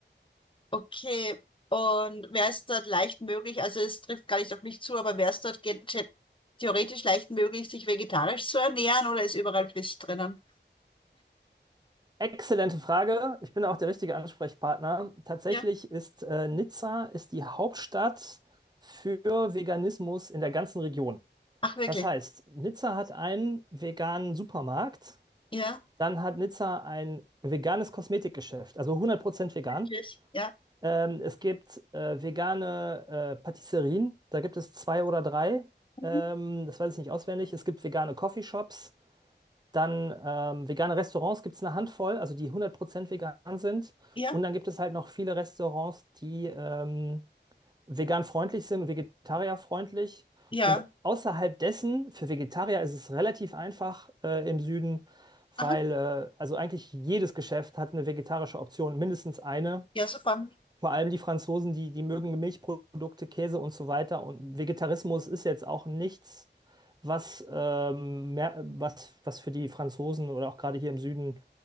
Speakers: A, on the left (about 25°); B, on the right (about 20°).
A: Okay, und wäre es dort leicht möglich, also es trifft gar nicht auf mich zu, aber wäre es dort gen- the- theoretisch leicht möglich, sich vegetarisch zu ernähren oder ist überall Fisch drinnen?
B: Exzellente Frage. Ich bin auch der richtige Ansprechpartner. Tatsächlich
A: Ja,
B: ist äh, Nizza ist die Hauptstadt für Veganismus in der ganzen Region.
A: Ach, wirklich?
B: Das heißt, Nizza hat einen veganen Supermarkt,
A: Ja,
B: dann hat Nizza ein veganes Kosmetikgeschäft, also hundert Prozent vegan.
A: wirklich? Ja.
B: Ähm, es gibt äh, vegane äh, Patisserien, da gibt es zwei oder drei.
A: Mhm.
B: Ähm, das weiß ich nicht auswendig. Es gibt vegane Coffeeshops. Dann ähm, vegane Restaurants gibt es eine Handvoll, also die hundert Prozent vegan sind.
A: Ja,
B: Und dann gibt es halt noch viele Restaurants, die ähm, vegan freundlich sind und vegetarierfreundlich.
A: ja.
B: Und außerhalb dessen, für Vegetarier ist es relativ einfach äh, im Süden,
A: Aha,
B: weil äh, also eigentlich jedes Geschäft hat eine vegetarische Option, mindestens eine.
A: ja, super.
B: Vor allem die Franzosen, die, die mögen Milchprodukte, Käse und so weiter. Und Vegetarismus ist jetzt auch nichts, was, ähm, mehr, was, was für die Franzosen oder auch gerade hier im Süden